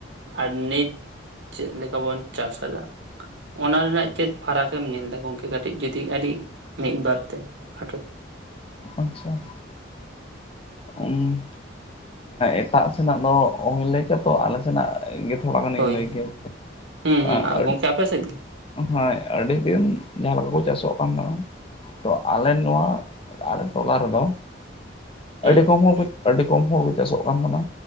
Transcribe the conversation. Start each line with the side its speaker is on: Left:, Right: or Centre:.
Right: ᱟᱨ ᱱᱤᱛ ᱪᱮᱫ ᱞᱮᱠᱟ ᱵᱚᱱ ᱪᱟᱥ ᱮᱫᱟ ᱾ ᱚᱱᱟ ᱨᱮᱱᱟᱜ ᱪᱮᱫ ᱯᱷᱟᱨᱟᱠ ᱮᱢ ᱧᱮᱞ ᱫᱟ ᱜᱚᱝᱠᱮ ᱠᱟᱹᱴᱤᱡ ᱡᱩᱫᱤ ᱟᱰᱤ ᱢᱤᱫᱵᱟᱨ ᱛᱮ ᱠᱷᱟᱴᱚ ᱛᱮ
Left: ᱟᱪᱷᱟ ᱾ ᱩᱢᱢ ᱮᱴᱟᱜ ᱥᱮᱱᱟᱜ ᱫᱚ ᱚᱦᱚᱧ ᱞᱟᱹᱭ ᱠᱮᱭᱟ ᱛᱚ ᱟᱞᱮ ᱥᱮᱱᱟᱜ ᱤᱧ ᱜᱮ ᱛᱷᱚᱲᱟ ᱜᱟᱱᱤᱧ
Right: ᱦᱳᱭ
Left: ᱞᱟᱹᱭ ᱠᱮᱭᱟ ᱡᱮ
Right: ᱦᱩᱸ ᱦᱩᱸ
Left: ᱮᱸ ᱟᱹᱰᱤ
Right: ᱜᱚᱝᱠᱮ ᱟᱯᱮ ᱥᱮᱫ ᱜᱤ
Left: ᱦᱚᱭ ᱟᱹᱰᱤ ᱫᱤᱱ ᱡᱟᱦᱟᱸ ᱞᱮᱠᱟ ᱠᱚ ᱪᱟᱥᱚᱜ ᱠᱟᱱ ᱛᱚ ᱟᱞᱮ ᱱᱚᱣᱟ ᱟᱞᱮ ᱴᱚᱞᱟ ᱨᱮᱫᱚ
Right: ᱦᱩᱸ
Left: ᱟᱹᱰᱤ ᱠᱚᱢ ᱦᱚᱲᱠᱚ ᱟᱹᱰᱤ ᱠᱚᱢ ᱦᱚᱲ ᱠᱚ ᱪᱟᱥᱚᱜ ᱠᱟᱱ ᱛᱟᱦᱮᱱᱟ,